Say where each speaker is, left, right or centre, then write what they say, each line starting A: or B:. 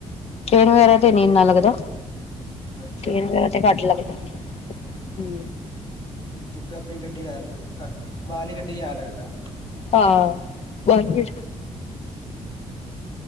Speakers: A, on the left (about 60°); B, on the left (about 35°).
A: ਟਰੇਨ ਵਗੈਰਾ ਤੇ ਨੀ ਇੰਨਾ ਲੱਗਦਾ
B: ਅੱਛਾ
A: ਟਰੇਨ ਵਗੈਰਾ। ਤੇ ਘੱਟ ਲੱਗ ਆ ਹੂ।
B: ਜਿਦਾਂ ਆਪਣੀ ਗੱਡੀ ਐਲ ਬਾਹਰ ਲੀ ਗੱਡੀ ਜ਼ਿਆਦਾ ਲੱਗਦਾ ਹੈ।
A: ਹਾਂ ਬਾਹਰਲੀ